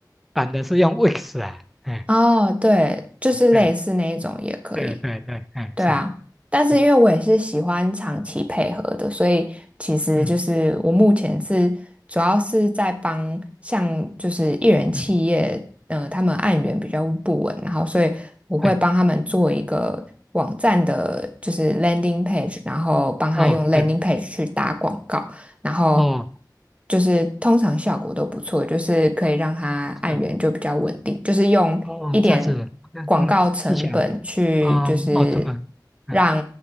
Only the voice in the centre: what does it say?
版的是用 Wix 啊。哎
哎，对对对，哎，
是，
嗯
嗯嗯，
对，
哦对，
哦
是，
哦这样子，OK，嗯，技巧，嗯，
哦成本，嗯，